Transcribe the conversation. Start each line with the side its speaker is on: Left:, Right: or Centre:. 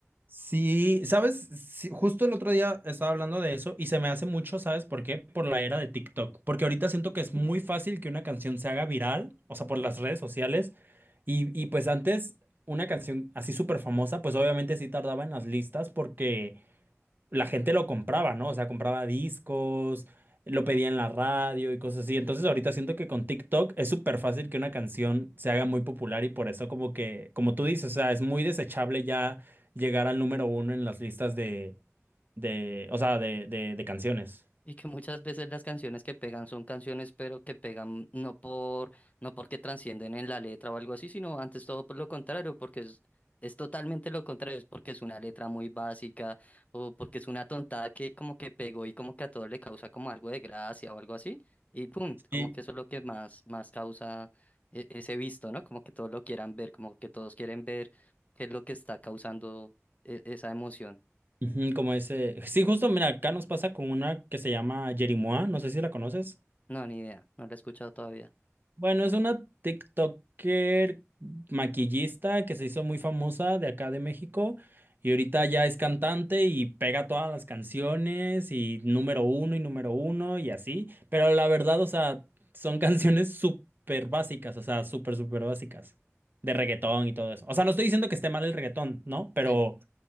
Right: Sí, sabes, Sí, justo el otro día estaba hablando de eso y se me hace mucho, ¿sabes por qué? Por la era de TikTok, porque ahorita siento que es muy fácil que una canción se haga viral, o sea, por las redes sociales, y, y pues antes una canción así súper famosa, pues obviamente sí tardaba en las listas porque la gente lo compraba, ¿no? O sea, compraba discos, lo pedía en la radio y cosas así. Entonces ahorita siento que con TikTok es súper fácil que una canción se haga muy popular y por eso como que, como tú dices, o sea, es muy desechable ya llegar al número uno en las listas de, de, o sea, de, de, de canciones.
Left: Y que muchas veces las canciones que pegan son canciones, pero que pegan no por, no porque transcienden en la letra o algo así, sino antes todo por lo contrario, porque es, es totalmente lo contrario, es porque es una letra muy básica o porque es una tontada que como que pegó y como que a todos le causa como algo de gracia o algo así, y pum, como
Right: Sí.
Left: que eso es lo que más, más causa e- ese visto, ¿no? Como que todos lo quieran ver, como que todos quieren ver qué es lo que está causando e- esa emoción.
Right: Ujú, como ese. Sí, justo, mira, acá nos pasa con una que se llama Jerimois, no sé si la conoces.
Left: No, ni idea, no la he escuchado todavía.
Right: Bueno, es una TikToker maquillista que se hizo muy famosa de acá de México y ahorita ya es cantante y pega todas las canciones y número uno y número uno y así. Pero la verdad, o sea, son <laughs> canciones súper básicas, o sea, súper, súper básicas de reggaetón y todo eso. O sea, no estoy diciendo que esté mal el reggaetón, ¿no? Pero
Left: Sí.